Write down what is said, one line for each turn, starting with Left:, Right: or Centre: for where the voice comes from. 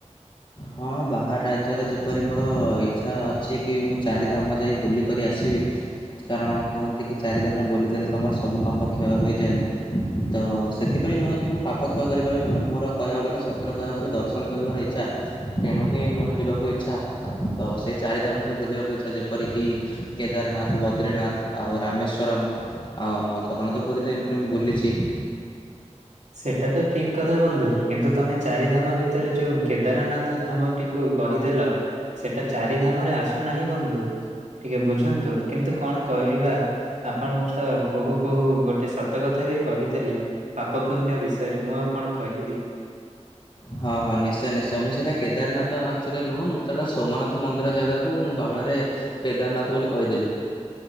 Left: ହଁ ବାହାର ରାଜ୍ୟର ଯେପରି ମୋର ଇଚ୍ଛା ଅଛି କି ମୁଁ ଚାରିଧାମ ଯାଇ ବୁଲିକରି ଆସିବି। ଠିକ୍ <unintelligible> କାରଣ କୁହନ୍ତି କି -ଚାରିଦାମ ବୁଲିଦେଲେ ତମର ସବୁ ପାପ କ୍ଷୟ ହେଇଯାଏ, ତ ସେଥିପାଇଁ ନୁହଁ କି ମୋ ପାପ କ୍ଷୟ କରିବା ପାଇଁ ନୁହେଁ, ମୋର କହିବାକୁ ଗଲେ ସତରେ କହିବାକୁ ଗଲେ ଦର୍ଶନ କରିବାର ଇଚ୍ଛା। ତେଣୁ ହିଁ ମୋର ଯିବାକୁ ଇଛା, ତ ସେଇ ଚାରି ଦାମ ଟିକେ ବୁଲିବାକୁ ଇଚ୍ଛା, ଯେପରିକି କେଦାରନାଥ, ବଦ୍ରିନାଥ ଆଉ ରାମେଶ୍ଵରମ୍। ଆଉ ଆମ ଜଗନ୍ନାଥ ପୁରୀ ତ ଏମିତିରେ ମୁଁ ବୁଲିଛି।
Right: ସେଟା ତ ଠିକ କଥା ବନ୍ଧୁ କିନ୍ତୁ ତମେ ଚାରି ଧାମ ଭିତରେ ଯୋଉ କେଦାରନାଥ ଧାମ ଟିକୁ କହିଦେଲ, ସେଟା ଚାରି ଧାମରେ ଆସୁନାହିଁ ବନ୍ଧୁ। ଟିକେ ବୁଝନ୍ତୁ କିନ୍ତୁ କଣ କରିବା ଆପଣ ତ କହୁ କହୁ ଗୋଟେ ସତ କଥା ବି କହିଥିଲେ, ପାପ ପୁଣ୍ୟ ବିଷୟରେ, ମୁଁ ଆଉ କଣ କହିବି?
Left: ହଁ ହଁ ନିଶ୍ଚୟ, ନିଶ୍ଚୟ, ମୁଁ ସେଇଟା କେଦାରନାଥ ଆକୁଚୁଆଲି ନୁହଁ, ମୁଁ ସେଟା ସୋମନାଥ ମନ୍ଦିର ଜାଗାକୁ ମୁଁ ବା ଫଳରେ କେଦାରନାଥ ବୋଲି କହିଦେଲି।